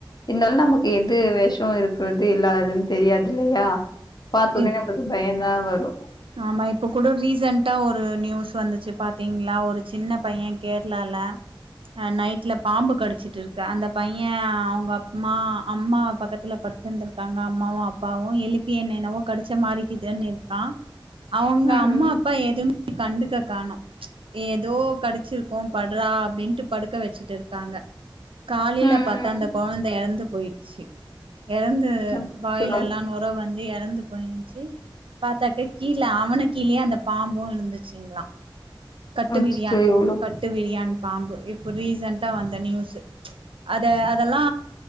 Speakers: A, on the left; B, on the right.
A: இருந்தாலு நமக்கு எது விஷம் இருக்கிறது இல்லாததுன்னு தெரியாது இல்லையா பாத்த உடனே
B: ம்
A: நம்பலுக் பயதா வரு
B: ஆமா இப்ப கூட ரீசென்டா ஒரு நியூஸ் வந்துச்சு பாத்தீங்களா ஒரு சின்ன பையன் கேரளால அ நைட்ல பாம்பு கடிச்சிட்டு இருக்க அந்த பைய அவங்க ம்மா அம்மா பக்கத்துல படுத் வந்துருக்காங்க அம்மாவு அப்பாவு எழுப்பி என்னென்னவோ கடிச்ச மாறிக்கிதுன்னு இருக்க அவங்க
A: ம்
B: அம்மா அப்பா எதுவு கண்டுக்க காணு ஏதோ கடைச்சிருக்கோ படுறா அப்டின்ட்டு படுக்க வச்சுட்டு இருக்காங்க காலையில
A: ம்
B: பாத்த அந்த கொழந்த இறந்து போயிச்சு இறந்து
A: அச்சச்சோ
B: வாயிலெல்லா நொர வந்து இறந்து போயிச்சு பாத்தக் கீழ அவனு கீழேயே அந்த பாம்பு இருந்துச்சுங்களா கட்டு
A: அச்சச்சோ
B: விரியான்
A: எவ்ளோ
B: கட் ட்டு விரியான் பாம்பு இப்ப ரீசன்ட வந்த நியூஸ் அத அதெல்லா